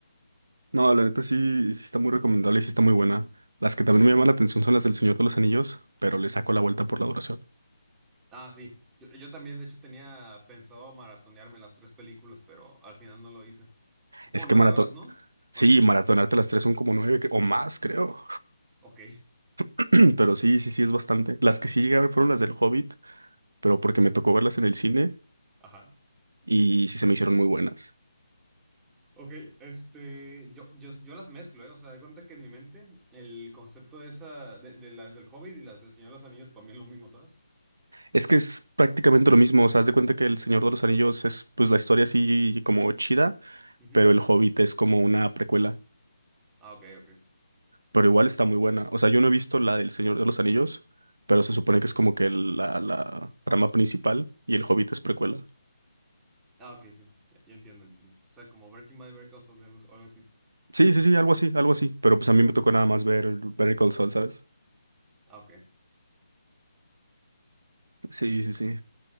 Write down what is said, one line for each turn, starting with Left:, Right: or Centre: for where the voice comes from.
Right: No, la neta sí, sí está muy recomendable y sí está muy buena. Las que también me llaman la atención son las del Señor de los Anillos, pero le saco la vuelta por la duración.
Centre: Ah, sí. Yo, yo también, de hecho, tenía pensado maratonearme las tres películas, pero al final no lo hice. Son como
Right: Es
Centre: nueve
Right: que maratón,
Centre: horas, ¿no?
Right: sí,
Centre: Más o
Right: maratonarte
Centre: menos.
Right: las tres son como nueve cre- o más, creo.
Centre: Ok,
Right: <clears throat> Pero sí, sí, sí, es bastante. Las que sí llegué a ver fueron las del Hobbit, pero porque me tocó verlas en el cine
Centre: ajá.
Right: y sí se me hicieron muy buenas.
Centre: Ok, este, yo, yo, yo las mezclo, ¿eh? O sea, de cuenta que en mi mente el concepto de esa, de, de las del Hobbit y las del Señor de los Anillos para mí es lo mismo, ¿sabes?
Right: Es que es prácticamente lo mismo, o sea, haz de cuenta que El Señor de los Anillos es pues la historia así como chida,
Centre: Ujú.
Right: pero El Hobbit es como una precuela,
Centre: Ah, ok, ok.
Right: pero igual está muy buena. O sea, yo no he visto la del Señor de los Anillos, pero se supone que es como que el- la, la trama principal y El Hobbit es precuela.
Centre: Ah, ok, sí. Ya, ya entiendo, entiendo. O sea, como Breaking Bad, Breaking Bad o algo, o algo así.
Right: Sí, sí, sí, algo así, algo así, pero pues a mí me tocó nada más ver Better Call Saul, ¿sabes?
Centre: Ah, ok.
Right: Sí, sí, sí.